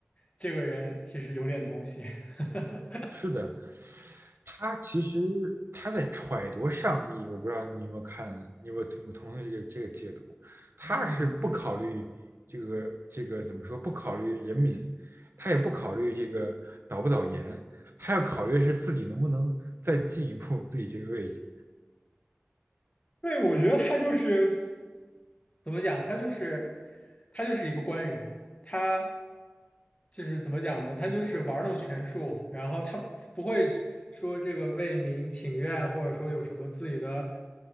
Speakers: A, on the left (about 30°); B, on the right (about 60°).
A: 这个人其实有点东西。<laughs>
B: 是的，他其实他在揣度上意，我不知道你有没有看，你有没有同同意这个这个解读？他是不考虑这个这个怎么说？
A: 嗯。
B: 不考虑人民，他也不考虑这个导不导研，他要考虑是自己能不能再进一步自己这个位置。
A: 对，我觉得他就是怎么讲，他就是他就是一个官员，他就是怎么讲呢？他就是玩弄权术，然后他不会说这个为民请愿，或者说有什么自己的